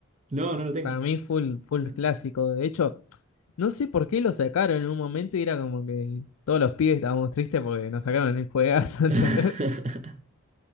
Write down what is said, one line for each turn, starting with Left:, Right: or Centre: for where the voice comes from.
Right: No, no lo tengo.
Left: Para mí full, full
Right: Bueno.
Left: clásico. De hecho, no sé por qué lo sacaron en un momento y era como que todos los pibes estábamos tristes porque nos sacaron el juegazo, <laughs> ¿entendés?
Right: <laughs>